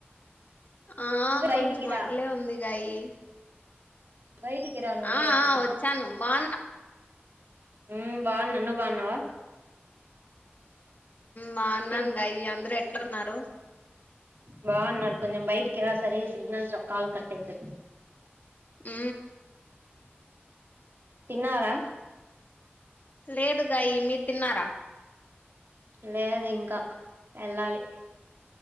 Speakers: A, on the left; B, on the right.
A: ఆ
B: బయటికి
A: కొంచెం
B: రా
A: అట్లే ఉంది గాయి
B: బయటికి రా నువ్వే
A: ఆ
B: అట్లా
A: వచ్చాను బాగున్నా
B: ఉ బాగు నన్ను బాగున్నావా
A: బాగున్నాను
B: తిన్
A: గయి అందరుూ ఎట్లున్నారు
B: బాన్నారు కొంచెం బైట్కి ఎద సర సిగ్నల్స్ కల్ కట్యి
A: ఊ
B: తిన్నారా
A: లేదుగాయి మీరు తిన్నారా
B: లేదు ఇంకా వెళ్ళాలి